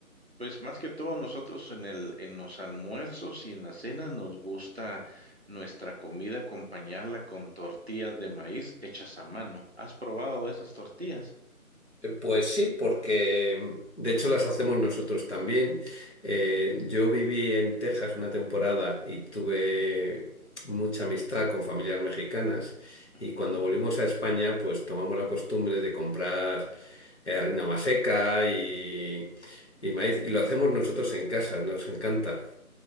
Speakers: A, on the right; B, on the left.
A: pues más que todo nosotros en el, en los almuerzos y en las cenas nos gusta nuestra comida acompañarla con tortillas de maíz hechas a mano. ¿Has probado esas tortillas?
B: Eh, Pues sí, porque mm, de hecho las hacemos nosotros también. Eh, yo viví en Texas una temporada y tuve mucha amistad con familias mexicanas
A: Ujú.
B: y cuando volvimos a España pues tomamos la costumbre de comprar eh, harina maseca y, y maíz y lo hacemos nosotros en casa, nos encanta.